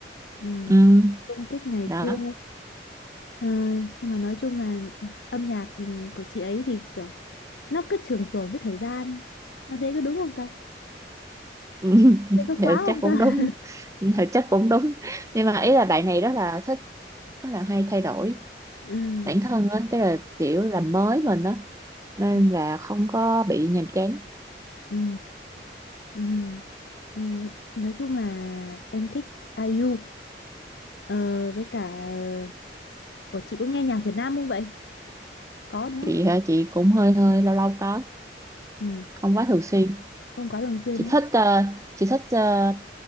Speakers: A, on the left (about 80°); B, on the right (about 20°).
A: ừm,
B: Ừ,
A: công kích này
B: đó.
A: kia Ờ, nhưng mà nói chung là âm nhạc của chị ấy thì kiểu nó cứ trường tồn với thời gian nó thấy có đúng không ta
B: Ừ, <laughs>
A: Nó thấy có
B: thì
A: quá không
B: chắc cũng
A: ta
B: đúng. Thì chắc cũng đúng. Nhưng mà ý là bạn này rất là thích rất là hay thay đổi
A: ừ,
B: bản thân á, tức là kiểu làm mới mình á nên
A: ừ,
B: là không có bị nhàm chán.
A: ừ, ừ. Ừ, nói chung là em thích ai IU ờ, với cả ờ, Ủa chị có nghe nhạc Việt Nam không vậy có đúng không
B: Chị hả, chị cũng hơi hơi lâu lâu có,
A: ừ,
B: không quá thường xuyên.
A: không quá thường xuyên
B: chị
A: đúng không
B: thích ờ, chị thích ờ,